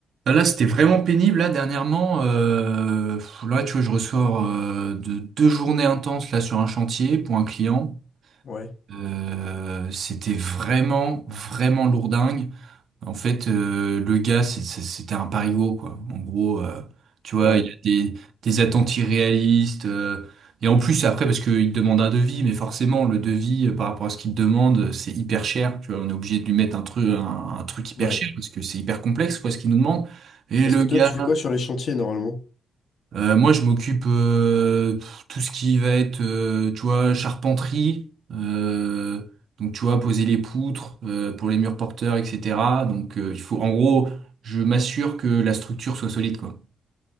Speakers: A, on the right (about 70°); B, on the left (about 60°).
A: Ah, Là, c'était vraiment pénible, là, dernièrement. Euh, pff, là, tu vois, je ressors euh, de deux journées intenses, là, sur un chantier pour un client.
B: Ouais,
A: Euh, c'était vraiment, vraiment lourdingue. En fait, euh, le gars, c'est- c'est- c'était un parigot, quoi. En gros, euh, tu vois,
B: ouais,
A: il a des, des attentes irréalistes. euh, et en plus, après, parce qu'il te demande un devis, mais forcément, le devis, euh, par rapport à ce qu'il te demande, c'est hyper cher. Tu vois, on est obligé de lui mettre un truc, un, un truc hyper
B: ouais.
A: cher, parce que c'est hyper complexe, quoi, ce qu'il nous demande. Et
B: Parce
A: le
B: que
A: gars,
B: toi, tu fais quoi sur les chantiers normalement?
A: euh, moi, je m'occupe euh, pff, tout ce qui va être, euh, tu vois, charpenterie. euh, donc, tu vois, poser les poutres euh, pour les murs porteurs, etc. Donc, euh, il faut, en gros, je m'assure que la structure soit solide, quoi.